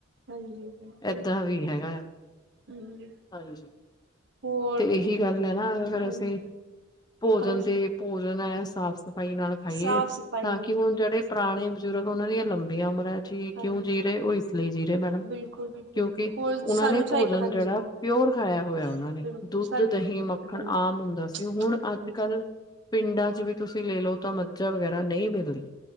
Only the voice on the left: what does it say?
ਏਦਾਂ ਵੀ ਹੈਗਾ ਆ।
ਹਾਂਜੀ
ਤੇ ਇਹੀ ਗੱਲ ਆ ਨਾ ਅਗਰ
ਅਸੀਂ ਭੋਜਨ
ਤੇ ਭੋਜਨ ਐ ਸਾਫ਼-ਸਫ਼ਾਈ ਨਾਲ ਖਾਈਏ
ਤਾਂ
ਕਿ ਹੁਣ
ਜੇੜੇ ਪੁਰਾਣੇ ਬਜ਼ੁਰਗ ਉਨਾਂ ਦੀਆਂ ਲੰਬੀਆਂ ਉਮਰਾਂ ਠੀਕ
ਕਿਉਂ ਜੀ ਰਹੇ, ਓ ਇਸ ਲਈ ਜੀ ਰਹੇ ਮੈਡਮ
ਕਿਉਂਕਿ
ਉਨਾਂ
ਨੇ
ਭੋਜਨ
ਜੇੜਾ
ਪਿਓਰ ਖਾਇਆ ਹੋਇਆ ਉਨਾਂ ਨੇ,
ਦੁੱਧ,
ਦਹੀਂ, ਮੱਖਣ
ਆਮ ਹੁੰਦਾ ਸੀ। ਹੁਨ ਅੱਜ-ਕੱਲ
ਪਿੰਡਾਂ 'ਚ ਵੀ ਤੁਸੀਂ ਲੈ ਲਓ ਤਾਂ ਮੱਝਾਂ ਵਗੈਰਾ ਨਈ ਮਿਲਣੀ